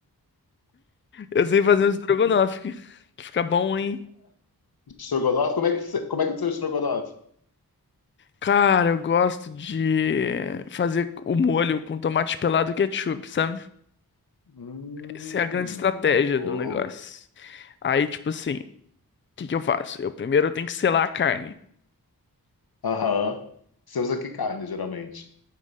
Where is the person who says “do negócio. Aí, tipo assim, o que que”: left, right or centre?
Left